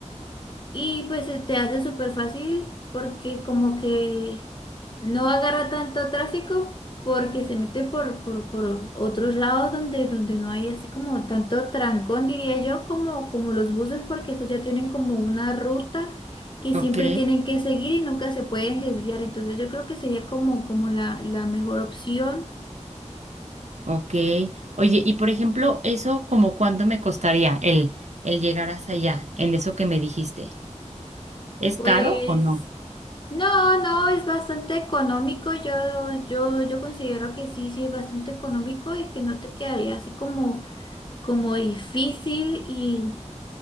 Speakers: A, on the left; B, on the right.
A: y pues se te hace súper fácil porque como que no agarra tanto tráfico porque se mete por, por, por otros lados donde, donde no hay así como tanto trancón, diría yo, como, como los buses porque esos ya tienen como una ruta que
B: ok.
A: siempre tienen que seguir y nunca se pueden desviar. Entonces yo creo que sería como, como la, la mejor opción.
B: Ok. Oye, y por ejemplo, eso como cuánto me costaría el, el llegar hasta allá, en eso que me dijiste. ¿Es
A: Pues...
B: caro o no?
A: No, no, es bastante económico. Yo, yo, yo considero que sí, sí, es bastante económico y que no te quedaría así como, como difícil y,